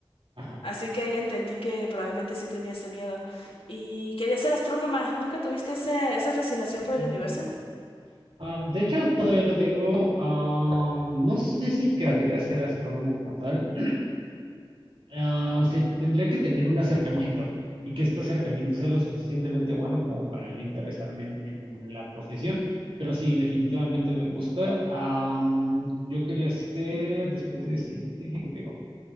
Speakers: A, on the right (about 70°); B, on the left (about 75°).
A: Ajá.
B: Así que ahí entendí que probablemente sí tenía ese miedo. Y quería ser astrónoma. ¿Nunca tuviste ese- esa fascinación por
A: Mm.
B: el universo?
A: Am, de hecho, todavía lo tengo. am, no sé si querría ser astrónomo como tal. <clears throat> Ah, se tendría que tener un acercamiento y que este acercamiento sea lo suficientemente bueno como para yo interesarme en, en la profesión. Pero sí, definitivamente me gusta. Am, yo quería ser, después de científico, te digo,